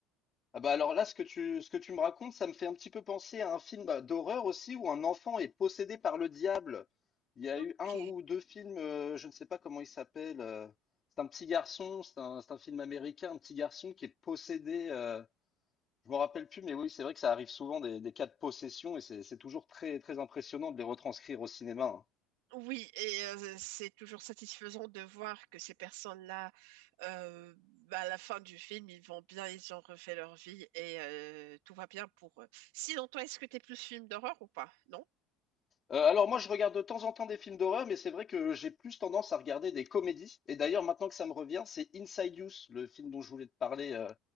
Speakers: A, on the left; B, on the right.
A: Ah bah alors là, ce que tu, ce que tu me racontes, ça me fait un petit peu penser à un film bah, d'horreur aussi où un enfant est possédé par le diable. Il y a
B: Ok.
A: eu un ou deux films, euh, je ne sais pas comment il s'appelle. euh, c'est un petit garçon, c'est un, c'est un film américain, un petit garçon qui est possédé. euh, je me rappelle plus, mais oui, c'est vrai que ça arrive souvent des, des cas de possession et c'est c'est toujours très, très impressionnant de les retranscrire au cinéma. hein.
B: Oui, et euh, c'est toujours satisfaisant de voir que ces personnes-là, euh, bah, à la fin du film, ils vont bien, ils ont refait leur vie et euh, tout va bien pour eux. Sinon, toi, est-ce que t'es plus film d'horreur ou pas? Non?
A: Euh, alors moi, je regarde de temps en temps des films d'horreur, mais c'est vrai que j'ai plus tendance à regarder des comédies. Et d'ailleurs, maintenant que ça me revient, c'est Inside Youth, le film dont je voulais te parler. euh,